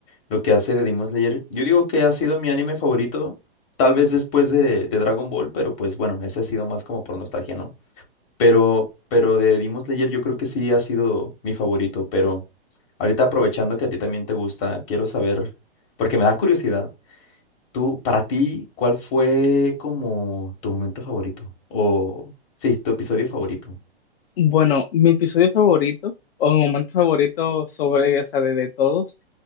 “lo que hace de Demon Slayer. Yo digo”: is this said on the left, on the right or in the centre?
Left